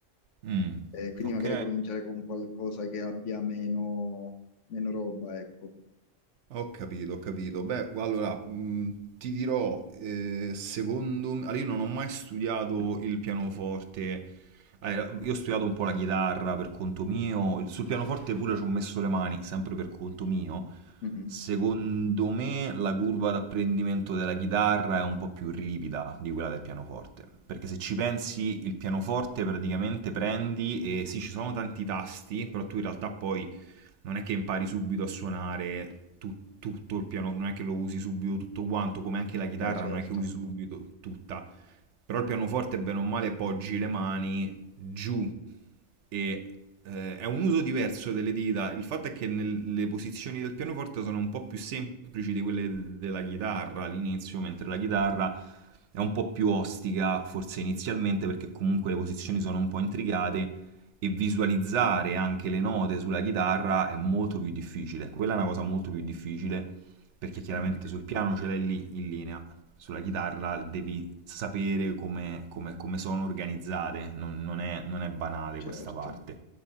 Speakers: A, on the right; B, on the left.
A: mm.
B: Eh, quindi
A: Ok.
B: magari cominciare con qualcosa che abbia meno, meno roba, ecco.
A: Ho capito, ho capito. Beh, gu- allora, mh, ti dirò, eh, secondo me, allora, io non ho mai studiato il pianoforte, Eh, io ho studiato un po' la chitarra per conto mio, sul pianoforte pure ci ho messo le mani, sempre per conto mio.
B: Mhm.
A: Secondo me la curva d'apprendimento della chitarra è un po' più ripida di quella del pianoforte, perché se ci pensi il pianoforte praticamente prendi e sì, ci sono tanti tasti, però tu in realtà poi non è che impari subito a suonare tu- tutto il piano, non è che lo usi subito tutto quanto, come anche la chitarra
B: Beh, certo,
A: non è che usi subito tutta. Però il pianoforte, bene o male, poggi le mani giù e eh, è un uso diverso delle dita. Il fatto è che nel- le posizioni del pianoforte sono un po' più semplici di quelle de- della chitarra all'inizio, mentre la chitarra è un po' più ostica, forse inizialmente, perché comunque le posizioni sono un po' intricate e visualizzare anche le note sulla chitarra è molto più difficile. Quella è una cosa molto più difficile perché chiaramente
B: Eh,
A: sul piano ce l'hai lì in linea, sulla chitarra devi sapere come, come- come sono organizzate, non, non è, non è banale
B: certo.
A: questa parte.